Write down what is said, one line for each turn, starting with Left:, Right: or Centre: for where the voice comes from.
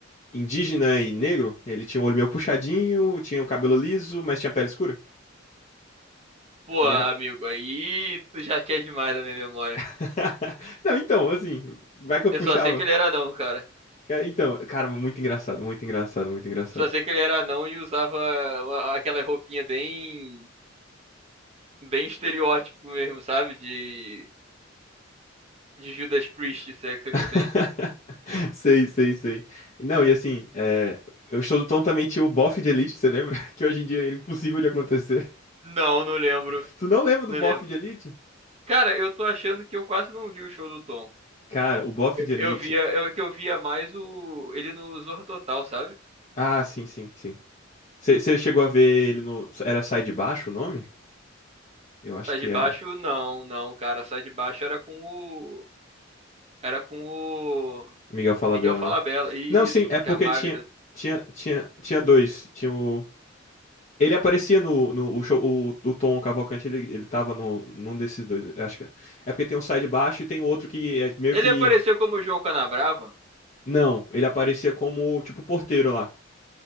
Left: indígena e negro. Ele tinha um olho meio puxadinho, tinha um cabelo liso, mas tinha pele escura.
Right: Pô,
Left: E
Right: amigo,
Left: era
Right: aí tu já quer demais da minha memória.
Left: <laughs> Não, então, assim, vai que eu puxava.
Right: Eu só sei que ele era anão, cara.
Left: Então, cara, muito engraçado, muito engraçado, muito engraçado.
Right: Eu só sei que ele era anão e usava aquela roupinha bem bem estereótipo mesmo, sabe? De, de Judas Priest, se é que você me entende.
Left: <laughs> <laughs> Sei, sei, sei. Não, e assim, é, eu estou também tinha o bofe de Elite, você lembra? <laughs> Que hoje em dia é impossível de acontecer.
Right: Não, não lembro.
Left: <laughs> Tu não lembra do
Right: Não
Left: bofe
Right: lembro.
Left: de Elite?
Right: Cara, eu tô achando que eu quase não vi o show do Tom.
Left: Cara, o bofe
Right: Eu,
Left: de Elite.
Right: eu via, eu que eu via mais o ele no Zorra Total, sabe?
Left: Ah, sim, sim, sim. Você chegou a ver ele no. Era Sai de Baixo o nome? Eu acho
Right: Sai
Left: que
Right: de
Left: era.
Right: baixo, não, não, cara. Sai de baixo era com o. Era com o.
Left: Miguel Falabella,
Right: Miguel Falabella.
Left: né?
Right: Isso,
Left: Não, sim, é porque
Right: que é a Magda.
Left: tinha. Tinha, tinha, tinha dois. Tinha o. Ele aparecia no, no o show, o, o Tom Cavalcante, ele, ele tava no, num desses dois. eu Acho que é é porque tem um sai de baixo e tem outro que é meio
Right: Ele
Left: que
Right: apareceu como João Canabrava?
Left: Não, ele aparecia como, tipo, porteiro lá.